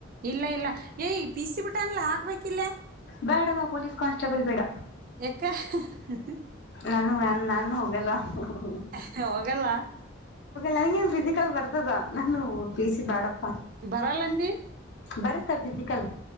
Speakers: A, on the right; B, on the left.
A: ಇಲ್ಲ ಇಲ್ಲ ಏ ಪೀಸಿಬಿಟ್ಟನ್ಲ ಹಾಕ್ಬೇಕಿಲ್ಲ
B: ಬೇಡವಾ ಪೊಲೀಸ್ ಕಾನ್ಸ್ಟೇಬಲ್ ಬೇಡ
A: ಏಕೆ <unintelligible>
B: ನಾನು ನಾನ್ ನಾನು ಹೋಗಲ್ಲ <unintelligible>
A: <unintelligible> ಹೋಗಲ್ಲ
B: ನಂಗೇನ್ ಫಿಸಿಕಲ್ ಬರ್ತದ ನಾನು ಪಿಸಿ ಬ್ಯಾಡಪ್ಪ
A: ಬರಲ್ಲಂದಿ
B: ಬರುತ್ತಾ ಫಿಸಿಕಲ್